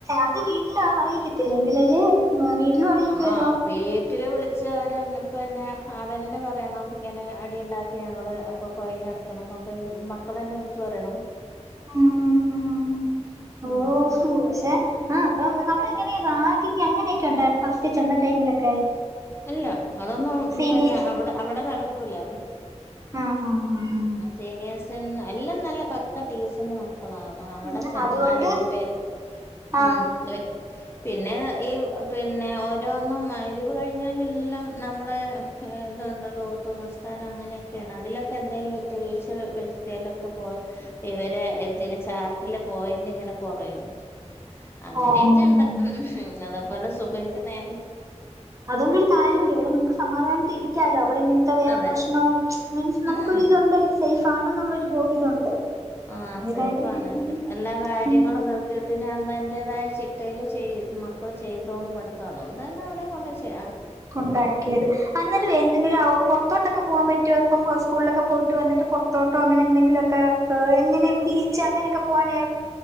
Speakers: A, on the right; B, on the left.
A: അത് വീട്ടിൽ അറിയിക്കത്തില്ലെ എങ്കിലല്ലേ വീട്ടിലും അറിയിക്കുവല്ലോ
B: ആഹ് വീട്ടില് വിളിച്ച് അവര പിന്നെ അവരെന്നെ പറയണം ഇങ്ങനെ അടി ഉണ്ടാക്കി ഞങ്ങൾ അപ്പം ഫൈൻ അടക്കണംന്നൊക്കെ മക്കളെന്നെ വിളിച്ച് പറയണം
A: ഉം ഉം
B: ഉം
A: ഓ
B: അങ്ങനെ
A: ശു പക്ഷേ ആഹ് എങ്ങനെ റാഗിങ് അങ്ങനെയൊക്കെ ഉണ്ടായിരുന്നോ ഫസ്റ്റ് ചെന്ന ടൈമിലൊക്കെ
B: ഇല്ല അതൊന്നും
A: സീനിയേഴ്സ്
B: പിന്നെ അവിടെ അവിടെ നടക്കൂല
A: ആഹ് ആഹ് ആഹ്
B: സീനിയേഴസ് എല്ലാം നല്ല പക്ക ടീസന്റ് മക്ക മക്കളാ അവിടെ
A: ആഹ്
B: ചെന്നാലെ
A: അതുകൊണ്ട്
B: ഇനിപ്പേ
A: ആഹ്
B: ഉം പിന്നെ ഈ പിന്നെ ഓരോന്നും മയിരിബ് കഴി കഴിഞ്ഞാൽ എല്ലാം നമ്മളെ ഇതുണ്ടല്ലോ ഓത്തു നിസ്കാരം അങ്ങനെയൊക്കെയാണ് അതിലൊക്കെ എന്തേലും വീഴ്ച വരുത്ത്യാലൊക്കെ പോ ഇവര് ഇതില് ചാർട്ടില് പോയന്റ് ഇങ്ങനെ കൊറയും അങ്ങനെയൊക്കെ
A: ഓഹ്
B: ഉണ്ട് അതേപോലെ സുബ്ഹ്ക്ക്‌ നേരം
A: അതോണ്ട് ഒരു കാര്യംണ്ട് ഇവിടെ നമുക്ക് സമാധാനത്തിൽ ഇരിക്കലോ അവിടെ ഇങ്ങനെ ഇത്ര വേറെ
B: അതെ
A: പ്രശ്നവും മീൻസ് നമുക്കൊരു
B: ഉം
A: ഇതുണ്ടല്ലേ സേഫ് ആണെന്നുള്ളൊരു ഇതുണ്ട്
B: ആഹ്‌
A: അത്
B: സേഫ്
A: കാര്യായി
B: ആണല്ലേ
A: ഉം
B: എല്ലാ കാര്യങ്ങളും
A: ഉം
B: സത്യത്തിന് അന്തതിൻറേതായ ചിട്ടയിൽ ചെയ് മക്കൾ ചെയ്തോളം പഠിക്കുക അതുകൊണ്ടന്നെ അവിടെ കൊണ്ട് ചെയ
A: ഉണ്ടാക്കിയത് അന്നേരം എന്തെങ്കിലും പുറത്തോട്ടൊക്കെ പോകാൻ പറ്റുമോ സ്കൂളിലൊക്കെ പോയിട്ട് വന്നിട്ട് പുറത്തോട്ടോ അങ്ങനെ എന്തെങ്കിലൊക്കെ എങ്ങനെ ബീ ച്ച് അങ്ങനെയൊക്കെ പോവാനെ